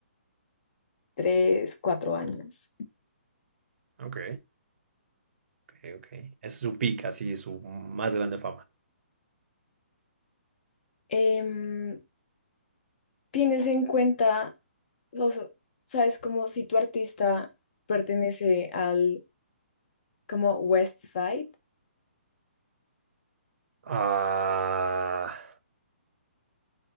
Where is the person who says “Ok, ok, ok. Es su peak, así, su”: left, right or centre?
Right